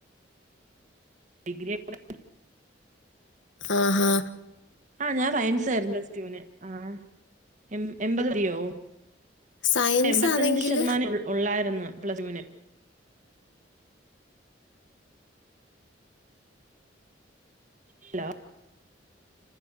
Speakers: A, on the right; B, on the left.
A: ഡിഗ്രി <unintelligible>
B: ആഹ് ഹാ
A: ആഹ് ഞാൻ സയൻസ് ആയിരുന്നു പ്ലസ്റ്റ്യുവിന് ആഹ് എ എൺപത് തീയോ
B: സയൻസ്
A: എൺമ്പത്തഞ്ച്
B: ആണെങ്കിൽ
A: ശതമാനം ഉള്ളായിരുന്നു പ്ലസ്റ്റുന് ഹലോ